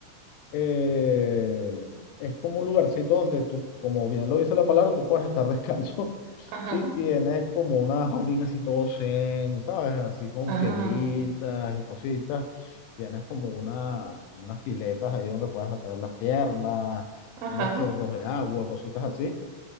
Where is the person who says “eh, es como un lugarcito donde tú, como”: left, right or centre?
Left